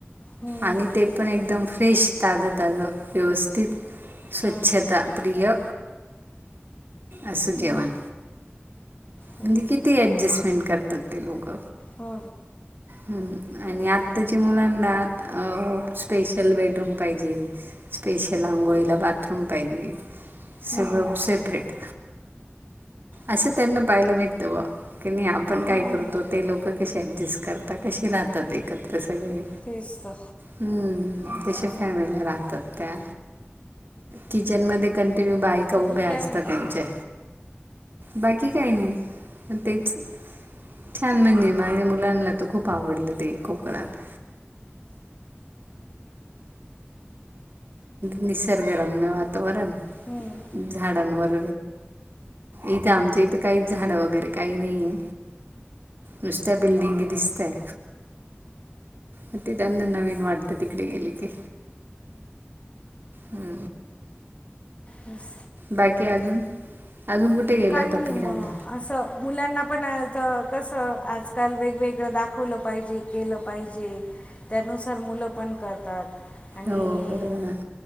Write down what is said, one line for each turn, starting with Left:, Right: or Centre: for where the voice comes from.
Left: हम्म,
Right: आणि ते पण एकदम फ्रेश ताजं ताजं व्यवस्थित स्वच्छता
Left: हा,
Right: प्रिय असं
Left: हम्म,
Right: जेवण
Left: तेच
Right: म्हणजे किती
Left: तर
Right: ऍडजस्टमेंट करतात ते लोक
Left: हो
Right: हू
Left: तेच
Right: आणि आत्ताची
Left: तर
Right: मुलांना अ स्पेशल बेडरूम पाहिजे स्पेशल अंघोळीला बाथरूम पाहिजे
Left: हम्म,
Right: सगळ सेपरेट
Left: तेच
Right: असं त्यांना
Left: तर
Right: पायला भेटतं बा की नाही आपण काय
Left: हम्म,
Right: करतो ते लोक कशी ॲडजस्ट करतात कसे राहतात एकत्र सगळे
Left: तेच तर
Right: हू
Left: असं
Right: कश्या फॅमिली राहतात त्या किचन मध्ये कंटिन्यू बायका
Left: अजून
Right: उभ्या
Left: काय
Right: असता
Left: म्हणतात
Right: त्यांच्या बाकी काय नाही पण तेच छान म्हणजे माझ्या मुलांना तर खूप आवडलं ते कोकणात निसर्गरम्य वातावरण
Left: हम्म.
Right: झाडांवर इथ आमच्या इथं काहीच झाडं वगैरे काही नाहीये नुसत्या बिल्डिंगी दिसताय म ते त्यांना नवीन वाटतं तिकडे गेले की हू
Left: बस
Right: बाकी अजून अजून कुठे गेलं
Left: काही
Right: होतं
Left: नाही
Right: फिरायला
Left: मग असं मुलांना पण कसं आजकाल वेगवेगळं दाखवलं पाहिजे केलं पाहिजे त्यानुसार मुलं पण करतात आणि
Right: हो बरोबर आहे.